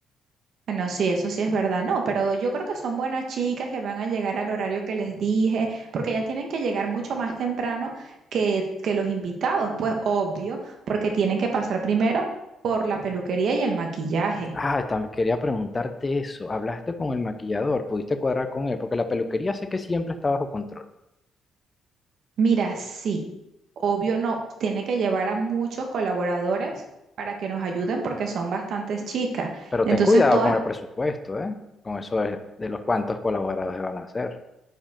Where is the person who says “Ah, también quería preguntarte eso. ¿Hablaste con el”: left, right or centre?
Left